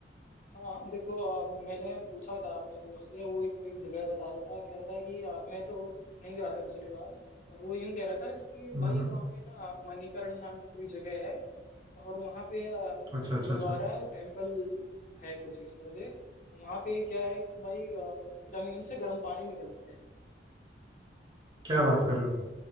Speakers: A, on the left (about 45°); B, on the right (about 25°).
A: हाँ देखो आ, मैंने पूछा था अपने दोस्त से वो एक कोई एक जगह बता रहा था कह रहा था कि आ, मैं तो नहीं गया था पिछली बार पर वो यूं कह रहा था कि
B: हम्म
A: भाई
B: हम्म
A: वहाँ पे ना मणिकरण नाम की कोई जगह है और वहाँ पे आ, गुरुद्वारा
B: अच्छा अच्छा अच्छा
A: और टेम्पल है कुछ इस तरह से वहाँ पे क्या है कि भाई आ, जमीन से गर्म पानी निकलता है
B: क्या बात कर रहे हो